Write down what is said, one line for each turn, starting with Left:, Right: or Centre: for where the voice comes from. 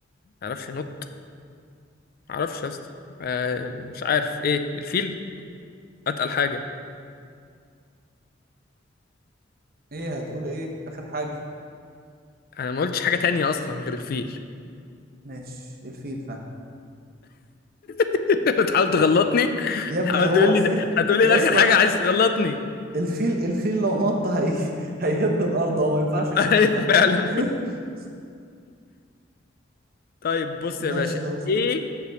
Left: معرفش ينط معرفش يا اسطى آه، مش عارف ايه الفيل اتقل حاجه
Right: ايه هتقول ايه اخر حاجة
Left: انا ما قلتش حاجه تانية اصلا غير الفيل
Right: ماشي الفيل فعلا
Left: <laughs> بتحاول تغلطني
Right: يا ابني
Left: بتحاول
Right: هو
Left: تقول
Right: الفيل
Left: لي ده هتقول لي
Right: يا اسطى
Left: إيه اخر حاجه عايز تغلطني <laughs>
Right: الفيل الفيل لو نط هي... <laughs> هيهد الارض هو ما ينفعش ينط
Left: ايوه فعلا
Right: <laughs>
Left: <laughs> طيب بص
Right: ماشي
Left: يا باشا
Right: طب اسأل.
Left: ايه